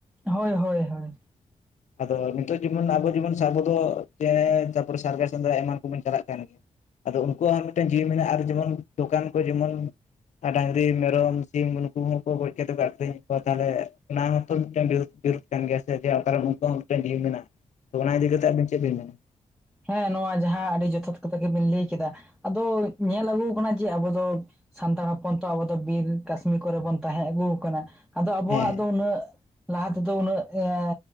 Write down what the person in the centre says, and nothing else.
ᱦᱳᱭ ᱦᱳᱭ ᱦᱳᱭ᱾
ᱦᱮᱸ ᱱᱚᱣᱟ ᱡᱟᱦᱟᱸ ᱟᱹᱰᱤ ᱡᱚᱛᱷᱟᱛ ᱠᱟᱛᱷᱟ ᱜᱮᱵᱤᱱ ᱞᱟᱹᱭ ᱠᱮᱫᱟ ᱟᱫᱚ ᱧᱮᱞ ᱟᱹᱜᱩ ᱠᱟᱱᱟ ᱡᱮ ᱟᱵᱚ ᱫᱚ ᱥᱟᱱᱛᱟᱲ ᱦᱚᱯᱚᱱ ᱛᱚ ᱟᱵᱚ ᱫᱚ ᱵᱤᱨ ᱠᱟᱥᱱᱤ ᱠᱚᱨᱮ ᱵᱚᱱ ᱛᱟᱸᱦᱮ ᱟᱹᱜᱩ ᱠᱟᱱᱟ ᱟᱫᱚ ᱟᱵᱚᱣᱟᱜ
ᱫᱚ ᱩᱱᱟᱹᱜ ᱞᱟᱦᱟ ᱛᱮᱫᱚ ᱩᱱᱟᱹᱜ ᱮᱸ